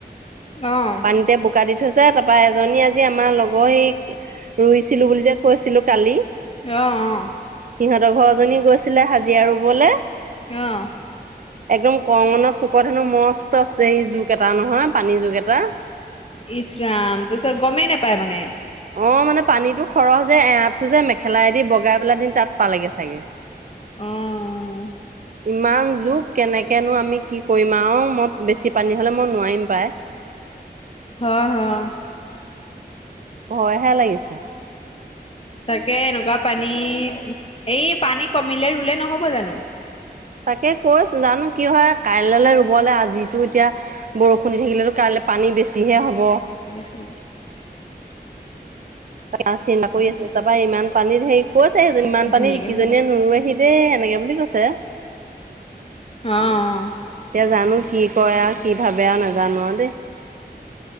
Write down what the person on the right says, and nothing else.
এতে বোকা দি থৈছে তাৰপা এজনী আজি আমাৰ লগৰ সেই ৰুইছিলোঁ বুলি যে, কৈছিলোঁ কালি।
সিহঁতৰ ঘৰ এজনী গৈছিলে হাজিৰা ৰুবলে।
একদম কৰঙণ চুকত হেনো মস্তছ এই জুক এটা নহয় পানীৰ জোক এটা।
অ মানে পানীতো সৰহ যে, এআঁঠু যে মেখেলা দি বগাই পেলা দি তাত পালেগে চাগে।
ইমান জোক কেনেকেনো আমি কি কৰিম আও মই বেছি পানী হ'লে মই নোৱাৰিম পাই।
ভয়হে লাগিছে।
তাকে কৈছো জানো কি হয়, কাইললে ৰুবলৈ আজিতো এতিয়া বৰষুণ দি থাকিলেতো কাইলে, পানী বেছিহে হ'ব।
অ চিন্তা কৰি আছো,
তাৰপৰা ইমান পানীত সেই, কৈছে সেইজনী ইমান পানী
এইকেইজনীয়ে
নোৰোৱেহি দেই এনেকে বুলি কৈছে।
এতিয়া জানো কি কয় আও কি ভাবে আৰু নাজানো আও দেই।